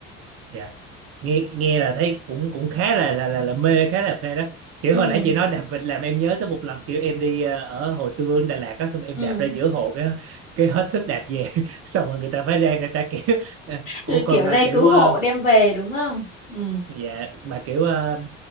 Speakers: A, on the right (about 40°); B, on the left (about 90°).
A: dạ nghe nghe là thấy cũng cũng khá là là là, là mê khá là phê đó kiểu
B: ừ
A: hồi nãy chị nói đạp vịt làm em nhớ tới một lần kiểu em đi ờ, ở Hồ Xuân Hương Đà Lạt á xong em
B: ừ
A: đạp ra giữa hồ cái cái hết sức đạp về <laughs> xong rồi người ta phải ra người ta kiểu "Ờ, ủa
B: Rồi
A: còn
B: kiểu
A: mà
B: re
A: kiểu
B: cứu
A: ờ,
B: hộ đem về đúng không ừ
A: dạ mà kiểu ờ,